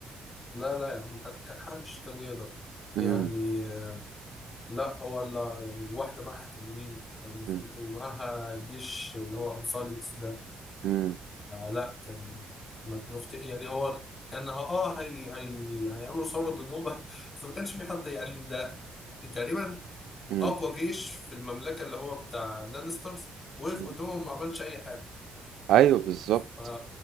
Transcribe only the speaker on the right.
مم.
مم.
مم.
مم.
مم.
أيوه بالظبط